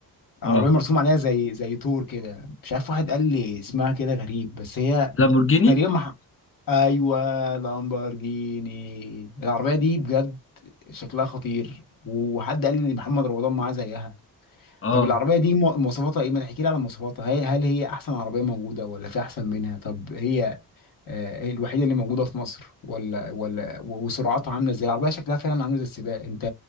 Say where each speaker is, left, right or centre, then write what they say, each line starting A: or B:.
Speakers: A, on the left; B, on the left.
A: عربيه
B: أه
A: مرسوم عليها زي زي طور كده مش عارف واحد قال لي اسمها كده غريب بس هي
B: لامبورجيني
A: تقريبا مح... ايوه لامبورجيني العربيه دي بجد شكلها خطير وحد قال لي محمد رمضان معاه زيها
B: أه
A: طب العربية دي مو- مواصفاتها ايه؟ ما تحكي لي على مواصفاتها، هي- هل هي أحسن عربية موجودة ولا في أحسن منها؟ طب هي آه، الوحيده اللي موجوده في مصر ولا ولا وسرعتها عامله ازاي العربيه شكلها فعلا عامله زي السباق انت